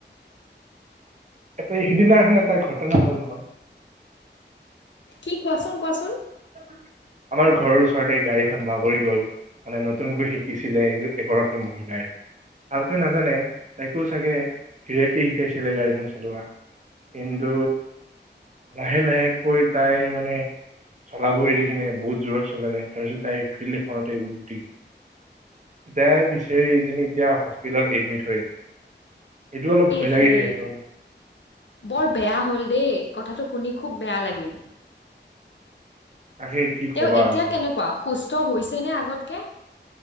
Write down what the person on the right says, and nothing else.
এ সিদিনাখন এটা ঘটনা হল নহয়?
অ <inaudible> আমাৰ ঘৰৰ ওচৰতে গাড়ীখন বাগৰি গল, মানে নতুনকৈ শিকিছিলে এ -এগৰাকী মহিলাই। ভালকৈ নাজানে, তাইকো চাগে গিৰিয়েকী শিকাইছিলে গাড়ীখন চলোৱা। কিন্তু লাহে লাহেকৈ তাই মানে চলাব এৰি কিনে বহুত জোৰত চলাই যায়, তাৰপিছত তাই ফিল্ড এখনতে উলটি গ'ল। পিতাই বিচাৰি এজনী এতিয়া হস্পিতেলত এডমিট হৈ আছে। এইটো অলপ ভয়
লাগে দিয়াচোন
তাকে কি কবা
আৰু